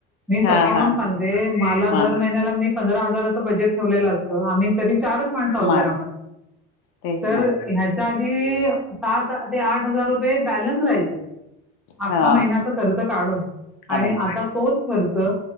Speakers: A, in the centre; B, on the left (about 60°).
A: मी स्वतःहून
B: हा हा
A: सांगते मला
B: म
A: दर महिन्याला मी पंधरा हजाराचं बजेट ठेवलेलं असतं आम्ही तरी चारच माणसा आहोत
B: मग
A: घरामध्ये.
B: तेच
A: तर
B: ना
A: ह्याच्या ते सात ते आठ हजार रुपये बॅलन्स राहील. आख्खा
B: हा
A: महिन्याचा खर्च काढून
B: काढून
A: आणि आता तोच खर्च.